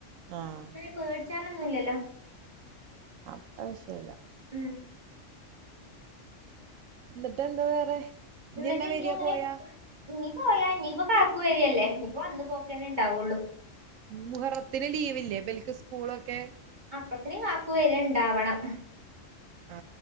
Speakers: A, on the right (about 85°); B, on the right (about 35°).
A: ആഹ്
B: പേടിച്ചാനൊന്നുമല്ലല്ലോ
A: അപ്പ വിഷയല്ല
B: ഉം
A: എന്നിട്ട് എന്താ വേറെ
B: എന്നിട്ട്
A: എന്നാ
B: ഇനി
A: വരിയാ
B: അങ്ങനെ
A: പോയാ
B: നീ പോയാ ഇനിയിപ്പ കാക്ക വരികയല്ലേ ഇനിയിപ്പോ വന്ന് പോക്കനെ ഉണ്ടാവൊള്ളൂ
A: മുഹറത്തിന് ലീവില്ലേ ഇവർക്ക് സ്കൂളൊക്കെ
B: അപ്പത്തിന് കാക്കു വരാ ണ്ടാവണം
A: ആ